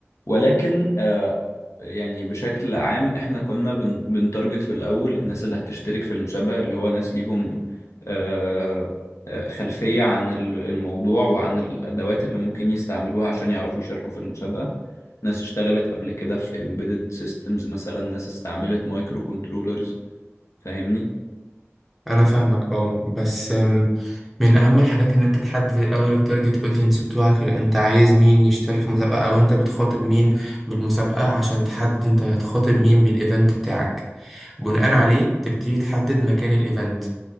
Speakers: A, on the left (about 80°); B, in the centre.
A: ولكن آه يعني بشكل عام احنا كنا بن بنتارجت في الاول الناس اللي هتشترك في المسابقة اللي هو ناس ليهم آه آه، خلفية عن ال- الموضوع وعن الادوات اللي ممكن يستعملوها عشان يعرفوا يشاركوا في المسابقة ناس اشتغلت قبل كده في embedded systems مثلا ناس استعملت مايكرو كنترولرز فاهمني
B: أنا فاهمك أه بس أم، من أهم الحاجات إن أنت تحدد الأول التارجت أودينس بتوعك اللي أنت عايز مين يشترك في المسابقة أو أنت بتخاطب مين بالمسابقة عشان تحدد أنت هتخاطب مين بالإيفنت بتاعك بناء عليه تبتدي تحدد مكان الإيفنت